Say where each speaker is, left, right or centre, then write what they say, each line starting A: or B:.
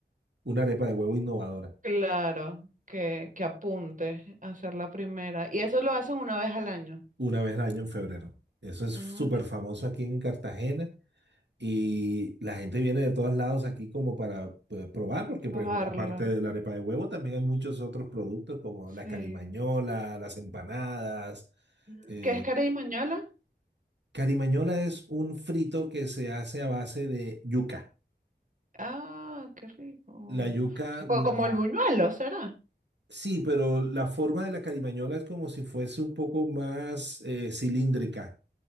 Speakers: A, on the right (about 80°); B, on the right (about 50°).
A: una arepa de huevo innovadora
B: Claro, que, que apunte a hacer la primera. Y eso lo hacen una vez al año.
A: una vez al año en febrero. Eso es
B: Ah,
A: súper
B: y
A: famoso aquí en Cartagena. Y la gente viene de todos lados aquí como para pues, probar, porque pues
B: probarlo.
A: aparte de la arepa de huevo también hay muchos otros productos como
B: Sí.
A: la carimañola, las empanadas.
B: Ah,
A: Eh,
B: ¿Qué es carey mañola?
A: carimañola es un frito que se hace a base de yuca.
B: Ah, qué rico.
A: La yuca,
B: Tipo
A: la...
B: como el buñuelo, ¿será?
A: Sí, pero la forma de la carimañola es como si fuese un poco más eh, cilíndrica,